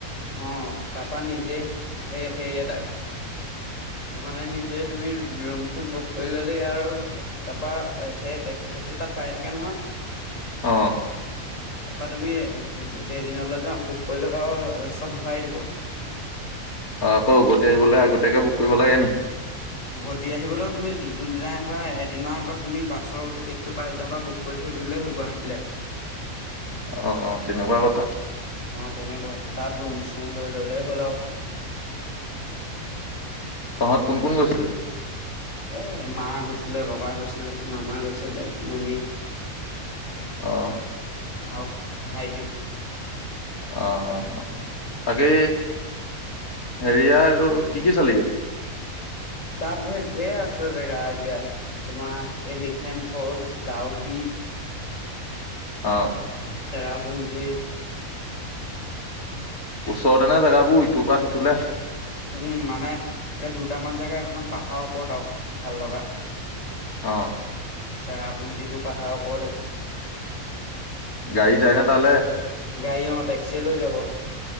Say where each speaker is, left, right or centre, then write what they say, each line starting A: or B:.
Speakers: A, on the left; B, on the left.
A: অ তাৰপা নিজে এই সে এটা ইমানে নিজে তুমি ৰুম চুম বুক কৰি ললেই আৰু তাৰপা সেই টেক্সি চেক্সি তাত পাই থাকে নহয়।
B: অ
A: তাপা তুমি যেইদিনলৈ যাম বুক কৰি লবা আৰু চব ঘূৰাই দিব
B: অ আকৌ উভতি আহিবলৈ আগতীয়াকে বুক কৰিব লাগে নি
A: উভতি আহিবলৈও তুমি যোনদিনা আহিবা এদিনৰ আগত তুমি বাছৰ টিকেটটো পাই যাবা বুক কৰি থৈ দিলেই হ'ল গুৱাহাটীলৈ
B: অ অ তেনেকুৱা কথা
A: অ তেনেকুৱা তাত ৰুম চুম লৈ ললেই হ'ল আৰু
B: তহঁত কোন কোন গৈছিলি
A: এ মা গৈছিলে বাবা গৈছিলে মামা গৈছিলে মামি
B: অহ
A: আৰু ভাইট
B: অ অ অ তাকে হেৰিয়া আৰু কি কি চালিগে
A: তাত ধেৰ ধেৰ আছে জেগা এতিয়া তোমাৰ এলিফেন্ট ফলচ ডাউকী
B: অহ
A: চেৰাপুঞ্জী
B: ওচৰতে নে জেগাবোৰ ইটোৰ পৰা সিটোে
A: উম মানে এই দুটামান জেগা একদম পাহাৰ ওপৰত আৰু ভাল লগা।
B: অ
A: চেৰাপুঞ্জীটো পাহাৰ ওপৰতে
B: গাড়ী যায়নে তালৈ
A: গাড়ী অ টেক্সিয় লৈ যাব।